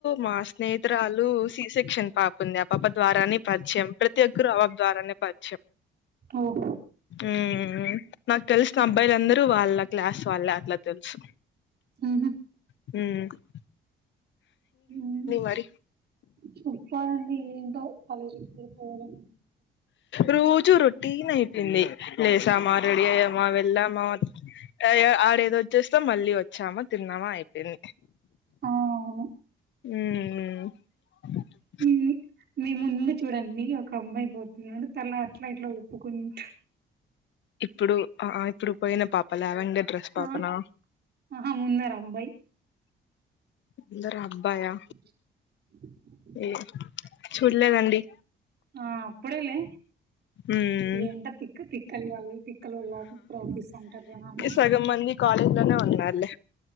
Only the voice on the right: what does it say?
ఓహ్
ఉహు
మ్
చేప్పాల అండి ఏంటో కాలేజీకి వెళ్ళిపోవాలని
ఆ అవును
మీ ము మీ ముందు చూడ అండి ఒక అమ్మాయి పోతుంది అంటే తల అట్లా ఇట్లా ఊపుకుంటు
ఆ ఆహా ముందర అబ్బాయి
<unintelligible> <inaudible>
ఆ అప్పుడేలే
ఏంటో తిక్క తిక్కల వల్ల తిక్కలల్లో ప్రవర్తిస్తు ఉంటారు జనాలు